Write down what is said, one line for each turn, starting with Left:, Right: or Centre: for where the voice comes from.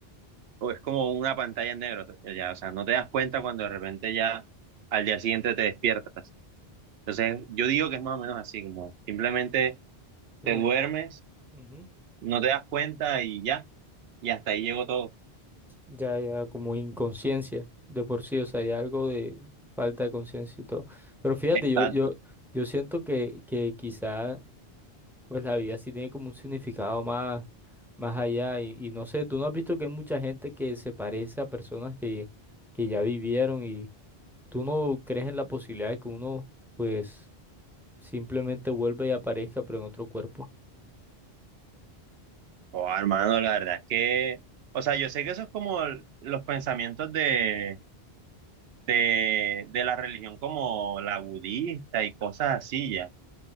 Right: o es como una pantalla en negro, ya, o sea, no te das cuenta cuando de repente ya al día siguiente te despiertas. Entonces, yo digo que es más o menos así, como simplemente
Centre: como
Right: te duermes,
Centre: in- ujú,
Right: no te das cuenta y ya, y hasta ahí llegó todo.
Centre: Ya, ya como inconsciencia de por sí, o sea, hay algo de falta de conciencia y todo. Pero fíjate,
Right: Está,
Centre: yo, yo, yo siento que, que quizá Pues la vida sí tiene como un significado más, más allá y, y no sé, tú no has visto que hay mucha gente que se parece a personas que, que ya vivieron y tú no crees en la posibilidad de que uno pues simplemente vuelva y aparezca pero en otro cuerpo.
Right: oh, hermano, la verdad es que, o sea, yo sé que eso es como el- los pensamientos de de, de la religión como la budista y cosas así ya.